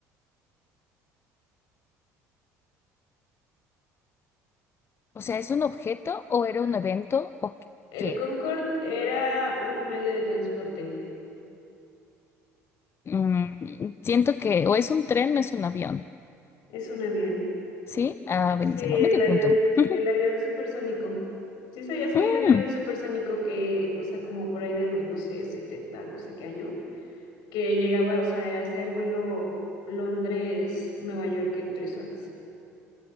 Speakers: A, on the left; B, on the left.
A: O sea, ¿es un objeto o era un evento o
B: El
A: qué?
B: Concorde era un medio de transporte.
A: Mm, siento que o es un tren no es un avión.
B: Es un avión.
A: ¿Sí? Ah,
B: Sí,
A: buenísimo.
B: el
A: Medio
B: avión,
A: punto. <laughs>
B: el avión supersónico. ¿Sí sabías que
A: Mm,
B: había un avión supersónico que, o sea, como por ahí de los, no sé, 70 no sé qué año? que llegaba, o sea, hacía el vuelo Londres-Nueva York en tres horas.